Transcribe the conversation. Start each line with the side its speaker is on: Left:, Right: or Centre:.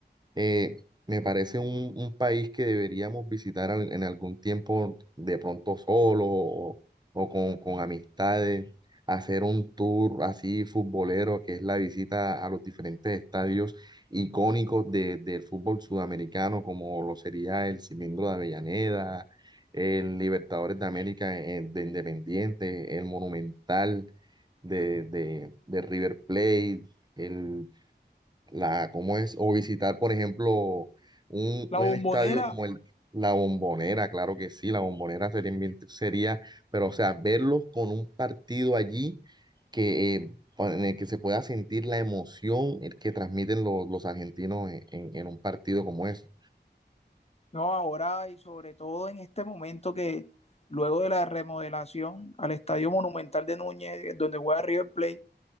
Right: Eh, me parece un, un país que deberíamos visitar al- en algún tiempo, de pronto solo o, o con, con amistades, hacer un tour así futbolero, que es la visita a los diferentes estadios icónicos de- del fútbol sudamericano, como lo sería el Cilindro de Avellaneda, el Libertadores de América eh, de Independiente, el Monumental de, de de River Plate. el la, cómo es, o visitar, por ejemplo, un,
Left: La
Right: un
Left: bombonera,
Right: estadio como el, la Bombonera, claro que sí, la Bombonera sería, bien- sería, pero o sea, verlos con un partido allí que, eh, pa- en el que se pueda sentir la emoción eh, que transmiten los, los argentinos en, en- en un partido como ese.
Left: no, ahora y sobre todo en este momento que luego de la remodelación al Estadio Monumental de Núñez, donde juega River Plate,